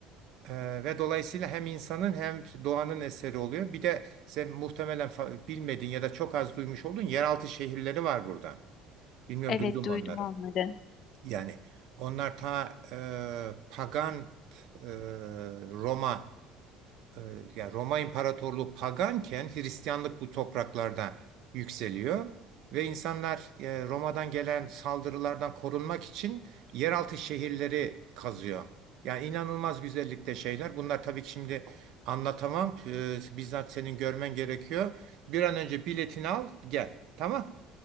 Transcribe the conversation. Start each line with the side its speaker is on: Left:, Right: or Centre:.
Right: Ee, ve dolayısıyla hem insanın hem doğanın eseri oluyor. Bir de sen muhtemelen fa- bilmediğin ya da çok az duymuş olduğun yeraltı şehirleri var burada. Bilmiyorum
Left: Evet,
Right: duydun
Left: duydum
Right: mu onları.
Left: onları.
Right: Yani onlar ta e, pagan e, Roma e, yani Roma İmparatorluğu paganken Hristiyanlık bu topraklarda yükseliyor ve insanlar e, Roma'dan gelen saldırılardan korunmak için yeraltı şehirleri kazıyor. Yani inanılmaz güzellikte şeyler. Bunlar tabii ki şimdi anlatamam. E, bizzat senin görmen gerekiyor. Bir an önce biletini al, gel. Tamam.